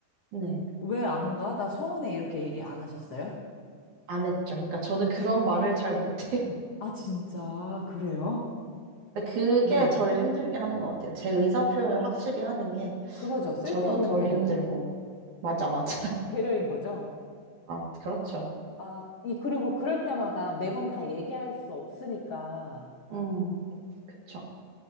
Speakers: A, on the right (about 50°); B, on the left (about 70°).
A: 네.
B: 왜 안 가? 나 서운해. 이렇게 얘기 안 하셨어요?
A: 안 했죠. 그러니까 저는 그런 말을 잘 못해요. <laughs>
B: 아, 진짜, 그래요?
A: 근데 그게
B: 네.
A: 저를 힘들게 하는 것 같아요. 제 의사 표현을 확실히 하는 게
B: 그거죠. 쓸데없는
A: 저도 덜
B: 배려.
A: 힘들고. 맞아, 맞아.
B: 배려인 거죠.
A: <laughs> 아, 그렇죠.
B: 아, 이, 그리고 그럴 때마다 매번 다 얘기할 수 없으니까,
A: 음, 그쵸.